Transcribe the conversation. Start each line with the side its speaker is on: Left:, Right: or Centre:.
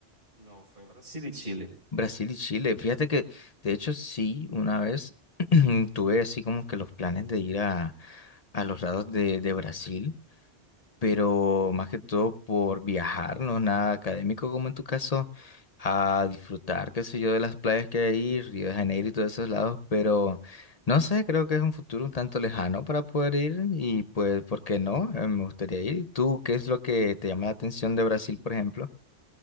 Right: No, fue Brasil y Chile.
Left: Brasil y Chile. Fíjate que, de hecho, sí, una vez <clears throat> tuve así como que los planes de ir a, a los lados de, de Brasil pero más que todo por viajar, no es nada académico como en tu caso, a disfrutar, qué sé yo, de las playas que hay ahí, Río de Janeiro y todos esos lados, pero no sé, creo que es un futuro un tanto lejano para poder ir y pues, ¿por qué no? Eh, me gustaría ir. ¿Tú qué es lo que te llama la atención de Brasil, por ejemplo?